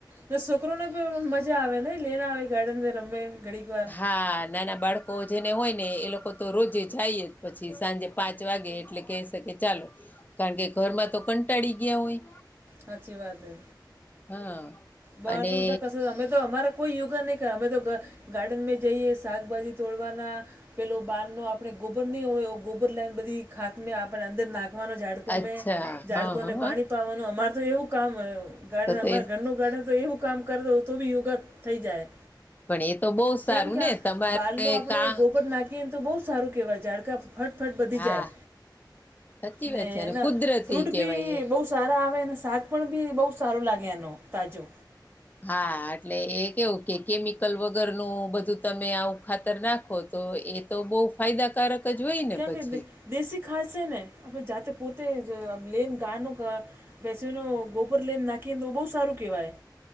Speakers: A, on the right (about 30°); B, on the left (about 25°).
A: તો છોકરોને પણ મજા આવેને, લેન આવે ગાર્ડનમે રમે ઘડીક વાર.
B: હા નાના બાળકો જેને હોય ને એ લોકો તો રોજે જાય જ પછી સાંજે. પાંચ વાગે એટલે કહેશે કે ચાલો કારણકે ઘરમાં તો કંટાળી ગ્યા હોય.
A: હાચી વાત હે.
B: હા.
A: બાર
B: અને
A: તો બધા કસરત, અમે તો અમારે કોઈ યોગા નહીં કરે અમે તો ગ ગાર્ડનમે જઈએ, શાકભાજી તોડવાના પેલો બારનો આપણે ગોબર નહી હોવે, એવો ગોબર લઈને બધી ખાતમે આપણે અંદર નાખવાનો જા <unintelligible>
B: અચ્છા
A: જાડકોને
B: હા હા
A: પાણી પાવાનું અમારે તો એવું કામ હોય, ગાર્ડન
B: તો તો
A: અમાર
B: એ
A: ઘરનું ગાર્ડન તો એવું કામ કર દઉં, તો બી યોગા થઈ જાય.
B: પણ એ તો બહુ સારું
A: કેમ કે
B: ને
A: આ
B: તમારે
A: બાલનું આપણે
B: કા
A: ગોબર નાખીએ ન તો બહું સારું કેહેવાય ઝાડકા ફટફટ વધી
B: હા
A: જાય,
B: સાચી
A: ને
B: વાત છે અને
A: એના
B: કુદરતી
A: ફ્રૂટ
B: કેવાય
A: બી
B: એ
A: બહુ સારા આવે ને શાક પણ બી બહુ સારું લાગે એનું તાજુ.
B: હા એટલે એ કેવુ કે કેમિકલ વગરનું બધું તમે આવું ખાતર નાખો તો એ તો બહુ ફાયદાકારક જ હોય ને
A: કેમ
B: પછી
A: કે દે દેશી ખાઘ છે ને, આપડે જાતે પોતે જ આમ લેન <unintelligible> ભેસુંનું ગોબર લઈને નાખીએને તો બહુ સારું કહેવાય.